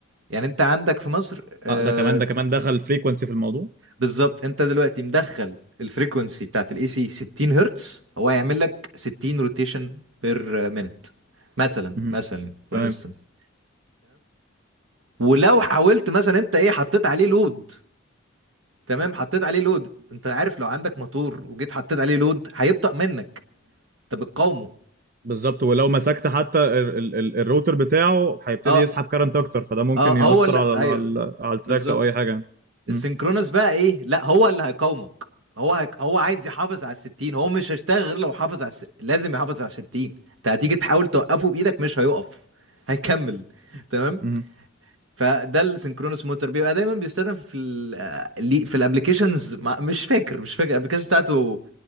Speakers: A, on the right (about 85°); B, on the right (about 45°).
A: يعني انت عندك في مصر آه
B: اه ده كمان ده كمان دخل فريكونسي في الموضوع
A: بالظبط انت دلوقتي مدخل الفريكونسي بتاعت الاي سي 60 هرتز هو هيعمل لك 60 روتيشن بير مينت مثلا
B: مهم.
A: مثلا فور
B: تمام
A: انستنس ولو حاولت مثلا انت ايه حطيت عليه لود تمام حطيت عليه لود انت عارف لو عندك موتور وجيت حطيت عليه لود هيبطأ منك انت بتقاومه
B: بالظبط ولو مسكت حتى ال ال ال الروتر بتاعه هيبتدي
A: اه
B: يسحب كارنت اكتر فده ممكن
A: اه
B: يأثر
A: هو اللي
B: على
A: ايوه
B: على على التراكس
A: بالظبط
B: او اي حاجه
A: السينكرونس
B: مم.
A: بقى ايه لا هو اللي هيقاومك هو هيك... هو عايز يحافظ على الستين هو مش هيشتغل غير لو حافظ على الس... لازم يحافظ على الستين انت هتيجي تحاول توقفه بايدك مش هيقف هيكمل تمام
B: مم.
A: فده السynchronous motor بيبقى دايما بيستخدم في ال اللي- في الابلكيشنز مش فاكر مش فاكر الابلكيشن بتاعته